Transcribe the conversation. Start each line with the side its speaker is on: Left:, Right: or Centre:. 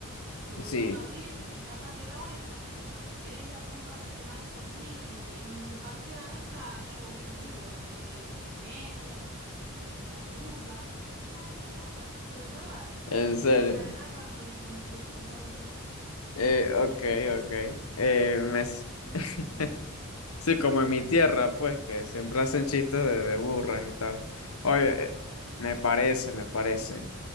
Right: Lo volvieron
Left: sí,
Right: a abrir, está Parque del Agua y está Musipán. Si quieres ir a algún parque temático así, y, y en Musipán te dan hasta shows en vivo de, de comedia, que si montar burras, todas esas cosas, de verdad.
Left: en
Right: Hay
Left: serio.
Right: una carrera para mon- donde puedes montar burras.
Left: Eh, ok, ok. Eh,
Right: Hemos-
Left: me
Right: <laughs>
Left: s- <laughs>
Right: ujú,
Left: Sí, como en mi tierra, pues, que siempre hacen chistes de, de burras y tal. Oye,
Right: Claro,
Left: eh,
Right: claro.
Left: me parece, me parece.